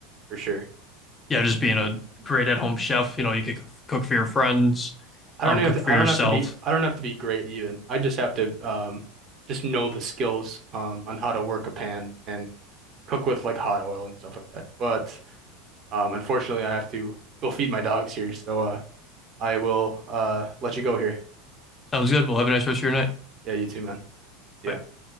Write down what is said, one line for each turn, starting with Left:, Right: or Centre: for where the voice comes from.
Right: for sure.
Left: Yeah, just being a great at-home chef, you know, you could cook, cook for your friends,
Right: I
Left: um,
Right: don't even
Left: cook
Right: have to,
Left: for
Right: I
Left: yourself.
Right: don't have to be, I don't have to be great even. I just have to, um, just know the skills, um, on how to work a pan and cook with like hot oil and stuff like that. But Um, unfortunately, I have to go feed my dogs here, so uh, I will uh, let you go here.
Left: Sounds good. Well, have a nice rest of your night.
Right: Yeah, you too, man. Yeah.
Left: Bye.